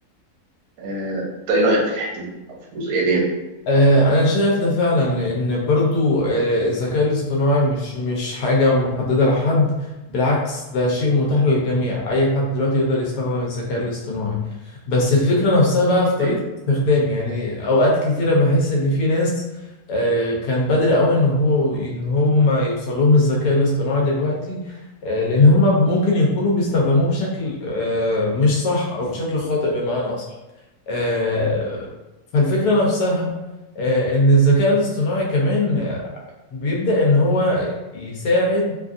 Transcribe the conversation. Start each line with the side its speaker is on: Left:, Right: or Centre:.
Right: آه، انت ايه رايك في الحته دي او في الجزئيه ديت
Left: آه، انا شايف ده فعلا لان برضو آه، الذكاء الاصطناعي مش مش حاجة محددة لحد بالعكس ده شيء متاح للجميع اي حد دلوقتي يقدر يستخدم الذكاء الاصطناعي بس الفكرة نفسها بقى في طريقة
Right: إيه؟
Left: استخدام يعني اوقات كتيرة بحس ان في ناس آه، كان بدري قوي ان هو ان هم يوصل لهم الذكاء الاصطناعي دلوقتي آه، لان هم ممكن يكونوا بيستخدموه بشكل آه، مش صح او بشكل خاطئ بمعنى اصح آه، فالفكرة نفسها آه، ان الذكاء الاصطناعي كمان آه، بيبدأ ان هو يساعد